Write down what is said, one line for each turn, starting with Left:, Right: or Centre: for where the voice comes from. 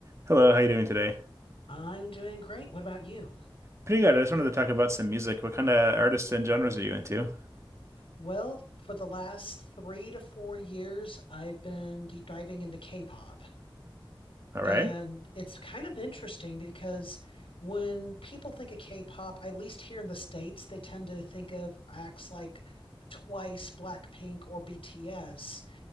Right: Hello, how you doing today?
Left: I'm doing great. What about you?
Right: Pretty good. I just wanted to talk about some music. What kind of artists and genres are you into?
Left: Well, for the last three to four years, I've been deep diving into K-pop.
Right: All right.
Left: And it's kind of interesting because when people think of K-pop, at least here in the States, they tend to think of acts like Twice, Blackpink, or BTS.